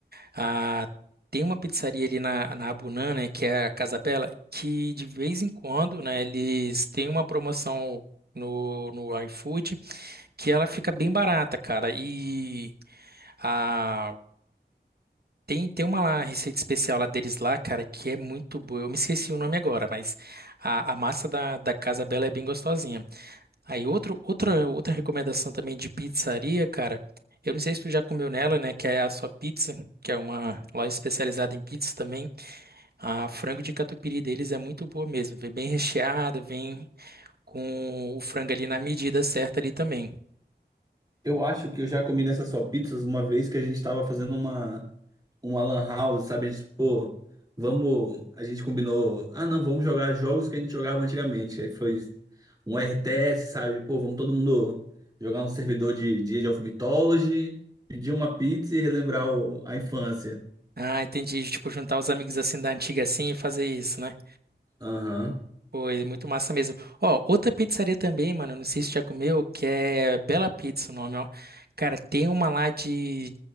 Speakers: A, on the right; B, on the right.
A: ah, tem uma pizzaria ali na, na Abunã, né? Que é a Casa Bela, que de vez em quando, né? Eles têm uma promoção no, no iFood que ela fica bem barata, cara. E ah, tem, tem uma lá, receita especial lá deles lá, cara, que é muito boa. Eu me esqueci o nome agora, mas a, a massa da, da Casa Bela é bem gostosinha. Aí outro, outra, outra recomendação também de pizzaria, cara. Eu não sei se tu já comeu nela, né? Que é a sua pizza, que é uma loja especializada em pizza também. A frango de catupiry deles é muito boa mesmo. Vem bem recheada, vem com o frango ali na medida certa ali também.
B: Eu acho que eu já comi nessas só pizzas uma vez que a gente tava fazendo uma uma lan house, sabe? A gente, pô, vamos, a gente combinou, ah, não, vamos jogar jogos que a gente jogava antigamente. Aí foi um RTS, sabe? Pô, vamos todo mundo jogar um servidor de, de Age of Mythology, pedir uma pizza e relembrar o- a infância.
A: Ah, entendi. Tipo, juntar os amigos assim da antiga assim e fazer isso, né?
B: Aham.
A: Foi muito massa mesmo. Ó, outra pizzaria também, mano, não sei se já comeu, que é Bela Pizza o nome, ó. Cara, tem uma lá de,